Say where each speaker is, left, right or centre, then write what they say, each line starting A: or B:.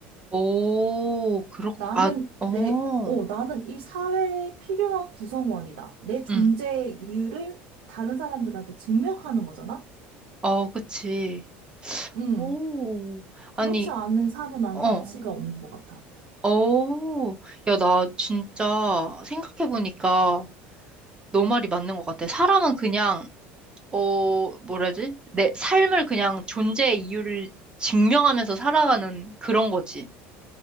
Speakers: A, on the right; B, on the right.
A: 오, 그렇,
B: 나는
A: 아, 어,
B: 내, 어, 나는 이 사회에 필요한 구성원이다. 내 존재의
A: 음,
B: 이유를 다른 사람들한테 증명하는 거잖아?
A: 어, 그치.
B: 음,
A: 오,
B: 그렇지
A: 아니,
B: 않은 삶은 나는
A: 어,
B: 가치가 없는 것 같아.
A: 어, 야, 나 진짜 생각해보니까 너 말이 맞는 것 같아. 사람은 그냥 어, 뭐라지? 내 삶을 그냥 존재의 이유를 증명하면서 살아가는 그런 거지.